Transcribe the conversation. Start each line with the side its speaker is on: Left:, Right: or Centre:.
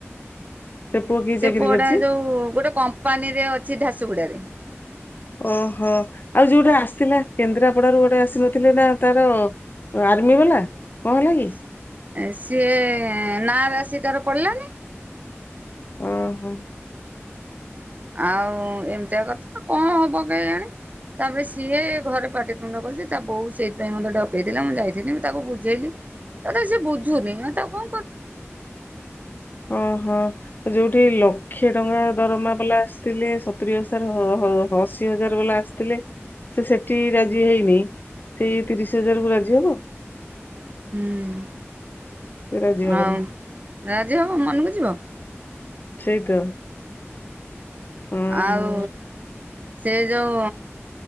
Left: ସେ ପୁଅ କି
Right: ସେ
Left: ଚାକିରି
Right: ପୋଟା
Left: କରିଛି?
Right: ଯୋଉ ଗୋଟେ କମ୍ପାନୀ ରେ ଅଛି ଝାସୁଗୁଡା ରେ।
Left: ଓହୋ ଆଉ ଯୋଉଟା ଆସିଥିଲା କେନ୍ଦ୍ରାପଡାରୁ ଗୋଟେ ଆସିନଥିଲେ ନା ତାର ଆର୍ମି ବାଲା କଣ ହେଲା କି?
Right: ସିଏ ନା ରାଶି ତାର ପଡିଲାନି।
Left: ଓ ହୋ।
Right: ଆଉ ଏମିତିଆ କଥା କଣ ହବ କେଯାଣି। ତାପରେ ସିଏ ଘରେ ପାଟିତୁଣ୍ଡ କରିଛି, ତା ବୋଉ ସେଇଥିପାଇଁ ମୋତେ ଡକେଇଥିଲା ମୁଁ ଯାଇଥିଲି ମୁଁ ତାକୁ ବୁଝେଇଲି ତା ଥାଏ ସେ ବୁଝୁନି ତକୁ
Left: ଓ ହୋ। ଯୋଉଠି ଲକ୍ଷେ ଟଙ୍କା ଦରମା ବାଲା ଆସିଥିଲେ, ସତୁରି ହଜାର ଅଶି ହଜାର ବାଲା ଆସିଥିଲେ। ସେ ସେଠି ରାଜି ହେଇନି ସେଇ ତିରିଶ ହଜାର କ ରାଜି ହବ।
Right: ହୁଁ
Left: ସେ ରାଜି ହବନି
Right: ଆଉ ରାଜି ହବ ମନକୁ ଯିବ।
Left: ସେଇ ତ ଓହୋ।
Right: ଆଉ। ସେ ଯୋଉ